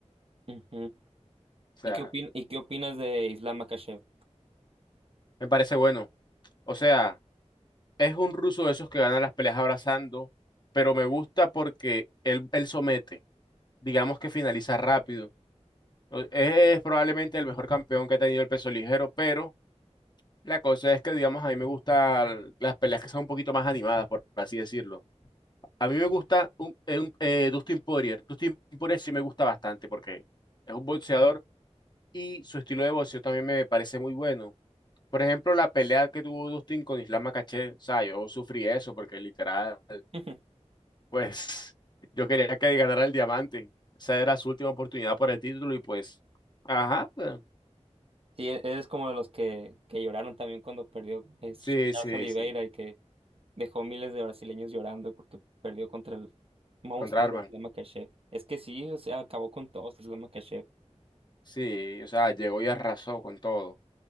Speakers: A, on the right; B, on the left.
A: Ujú.
B: O sea,
A: ¿Y qué opin- y qué opinas de Islam Makhachev?
B: me parece bueno. O sea. Es un ruso de esos que gana las peleas abrazando, pero me gusta porque él, él somete, digamos que finaliza rápido. O- Es probablemente el mejor campeón que ha tenido el peso ligero, pero la cosa es que, digamos, a mí me gustan las peleas que son un poquito más animadas, por así decirlo. A mí me gusta un, eh, un- eh, Dustin Poirier. Dustin Poirier sí me gusta bastante porque es un boxeador y su estilo de boxeo también me parece muy bueno. Por ejemplo, la pelea que tuvo Dustin con Islam Makhachev, o sea, yo sufrí eso porque literal
A: <laughs>
B: Pues <laughs> yo quería que ganara el diamante. Esa era su última oportunidad por el título y pues, ajá, pues,
A: Sí, e- eres como de los que, que lloraron también cuando perdió es
B: sí,
A: Charles
B: sí,
A: Oliveira,
B: sí,
A: el que dejó miles de brasileños llorando porque perdió contra el monstruo
B: contra Arman.
A: de Islam Makhachev. Es que sí, o sea, acabó con todos Islam Makhachev.
B: Sí, o sea, llegó y arrasó con todo.